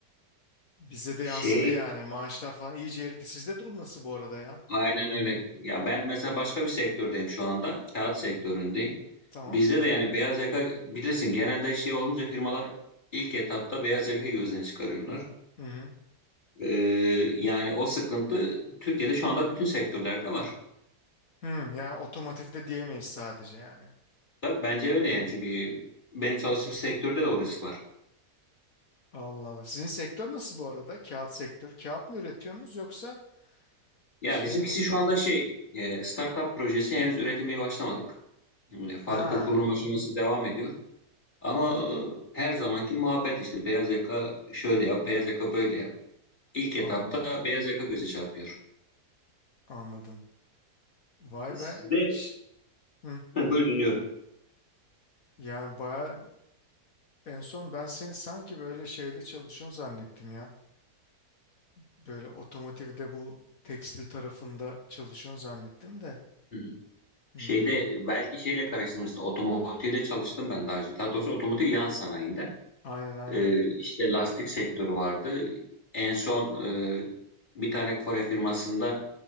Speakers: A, on the left (about 60°); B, on the left (about 30°).
A: bize de
B: Şey
A: yansıdı yani maaşlar falan iyice eridi. Sizde durum nasıl bu arada ya?
B: aynen öyle. Ya ben mesela başka bir sektördeyim şu anda. Kağıt sektöründeyim.
A: Tamam.
B: Bizde de yani beyaz yaka bilirsin genelde şey olunca firmalar ilk etapta beyaz yakayı gözden çıkarıyorlar.
A: Hı hı.
B: Ee, yani o sıkıntı Türkiye'de şu anda bütün sektörlerde var.
A: Hı, yani otomotivde diyemeyiz sadece yani.
B: Tabii bence öyle yani çünkü benim çalıştığım sektörde de o risk var.
A: Allah Allah. Sizin sektör nasıl bu arada? Kağıt sektörü. Kağıt mı üretiyorsunuz yoksa
B: Ya
A: şey
B: bizimkisi
A: mi?
B: şu anda şey e, startup projesi henüz üretime başlamadık. E, Fabrika
A: Ha,
B: kurulum aşaması devam ediyor. Ama e, her zamanki muhabbet işte beyaz yaka şöyle yap, beyaz yaka böyle yap. İlk etapta
A: anladım.
B: beyaz yaka göze çarpıyor.
A: Anladım. Vay
B: Sizde
A: be. Ş- Hı.
B: ha, buyur dinliyorum.
A: Yani baya en son ben seni sanki böyle şeyde çalışıyorsun zannettim ya. Böyle otomotivde bu tekstil tarafında çalışıyorsun zannettim de.
B: Hı.
A: Hmm.
B: Şeyde belki şeyle karıştırmışsın. Otomotivde çalıştım ben daha önce. Daha doğrusu otomotiv yan sanayinde.
A: Aynen aynen.
B: Ee, işte lastik sektörü vardı. En son e, bir tane Kore firmasında